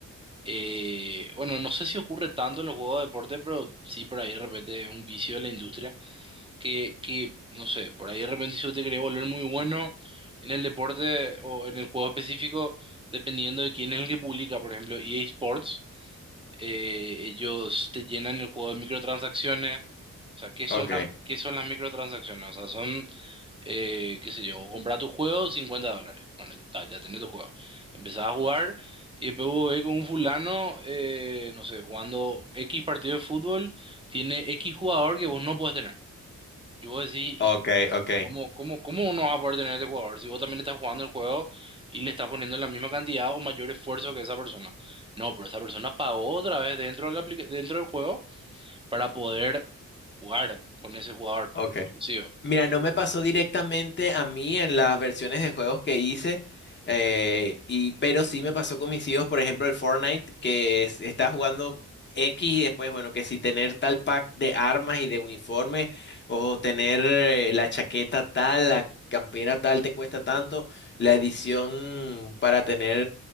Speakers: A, on the right (about 20°); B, on the left (about 35°).
A: eh, bueno, no sé si ocurre tanto en los juegos de deporte, pero sí por ahí de repente es un vicio de la industria, que, que, no sé, por ahí de repente si yo te quería volver muy bueno en el deporte o en el juego específico, dependiendo de quién es el que publica, por ejemplo, EA Sports, eh, ellos te llenan el juego de microtransacciones, o sea, ¿qué son
B: Ok,
A: las, qué son las microtransacciones? O sea, son eh, qué sé yo, comprar tu juego 50 dólares. Bueno, ta, ya tenés tu juego. Empezás a jugar y después vos ves con un fulano, eh, no sé, jugando X partido de fútbol, tiene X jugador que vos no podés tener. Y vos decís,
B: ok,
A: hijo,
B: ok,
A: ¿cómo, cómo, cómo no vas a poder tener a este jugador si vos también estás jugando el juego y le estás poniendo la misma cantidad o mayor esfuerzo que esa persona? No, pero esa persona pagó otra vez dentro de la aplica- dentro del juego para poder jugar con ese jugador
B: ok.
A: exclusivo.
B: Mira, no me pasó directamente a mí en las versiones de juegos que hice, eh, y, pero sí me pasó con mis hijos, por ejemplo, el Fortnite, que es- está jugando X y después, bueno, que si tener tal pack de armas y de uniforme, o tener eh, la chaqueta tal, la campera tal, te cuesta tanto, la edición para tener